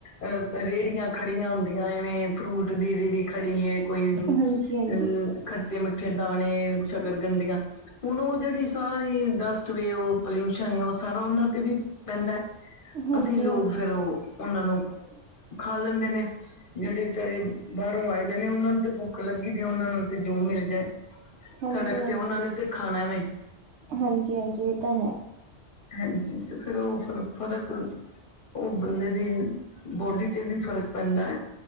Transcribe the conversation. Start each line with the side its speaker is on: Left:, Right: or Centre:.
Left: ਅ ਰੇਹੜੀਆਂ ਖੜੀਆਂ ਹੁੰਦੀਆਂ ਐਵੇਂ ਫਰੂਟ ਦੀ ਰੇਹੜੀ ਖੜੀ ਏ ਕੋਈ ਅਮ,
Right: ਹਾਂਜੀ ਹਾਂਜੀ ਹਾਂਜੀ
Left: ਖੱਟੇ ਮੱਠੇ ਦਾਣੇ ਸ਼ਕਰ ਗੰਦੀਆ ਹੁਣ ਉਹ ਜਿਹੜੀ ਸਾਰੀ ਡਸਟ ਵੇ ਉਹ ਪੋਲਿਊਸ਼ਨ ਏ ਉਹ ਸਾਰਾ ਉਹਨਾਂ ਤੇ ਵੀ ਪੈਂਦਾ
Right: ਹਾਂਜੀ
Left: ਅਸੀਂ ਲੋਕ
Right: ਹਾਂਜੀ
Left: ਫੇਰ ਉਹ ਉਹਨਾਂ ਨੂੰ ਖਾ ਲੈਂਦੇ ਨੇ ਜਿਹੜੇ ਬੈਚਾਰੇ ਬਾਹਰੋਂ ਆਏ ਦੇ ਨੇ ਉਹਨਾਂ ਨੂੰ ਤੇ ਭੁੱਖ ਲੱਗੀ ਦੀ ਉਹਨਾਂ ਨੂੰ ਜੋ ਮਿਲ ਜਾਏ
Right: ਹਾਂਜੀ
Left: ਸੜਕ ਤੇ ਉਹਨਾਂ ਨੇ ਤੇ ਖਾਣਾ ਨੇ
Right: ਹਾਂਜੀ ਹਾਂਜੀ ਹਾਂਜੀ ਇਹ ਤਾਂ ਹੈ
Left: ਹਾਂਜੀ ਤੇ ਫੇਰ ਉਹ ਫ਼ਰਕ ਥੋੜਾ ਉਹ ਬੰਦੇ ਦੀ ਬੋਲੀ ਤੇ ਵੀ ਫ਼ਰਕ ਪੈਂਦਾ ਏ